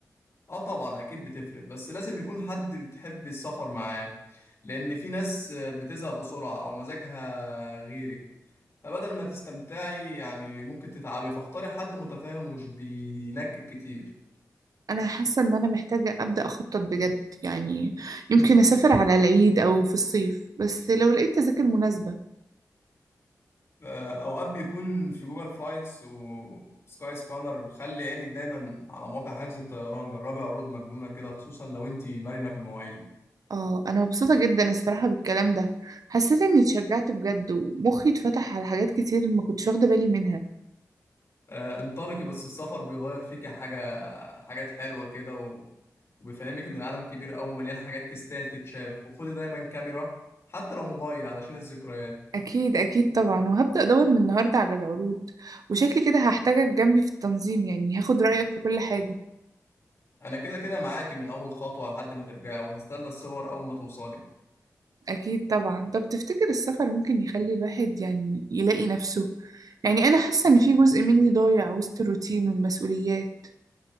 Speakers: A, on the left; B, on the right.
A: اه طبعا اكيد بتفرق بس لازم يكون حد بتحب السفر معاه لان في ناس بتزهق بسرعة او مزاجها غيرك فبدل ما تستمتعي يعني ممكن تتعبي فاختاري حد متفاهم ومش بينكد كتير
B: انا حاسة ان انا محتاجة ابدأ اخطط بجد يعني يمكن اسافر على العيد او في الصيف بس لو لقيت تذاكر مناسبة
A: آه، اوقات بيكون في جوجل فلايتس وسكاي سكانر خلي عينك دايما على مواقع حجز الطيران جربي عروض مجنونه كده خصوصا لو انت مرنه في المواعيد
B: اه انا مبسوطة جدا الصراحة بالكلام ده حسيت اني اتشجعت بجد ومخي اتفتح على حاجات كتير ما كنتش واخدة بالي منها
A: آه، انطلقي بس السفر بيغير فيكي حاجه حاجات حلوه كده و... وبيفهمك ان العالم كبير قوي ومليان حاجات تستاهل تتشاف وخدي دايما كاميرا حتى لو موبايل علشان الذكريات
B: اكيد اكيد طبعا وهبدأ ادور من النهاردة على العروض وشكلي كده هحتاجك جنبي في التنظيم يعني هاخد رأيك في كل حاجة
A: انا كده كده معاكي من اول خطوه لحد ما ترجعي وهستنى الصور اول ما توصلي
B: أكيد طبعا طب تفتكر السفر ممكن يخلي الواحد يعني يلاقي نفسه يعني أنا حاسة إن في جزء مني ضايع وسط الروتين والمسؤوليات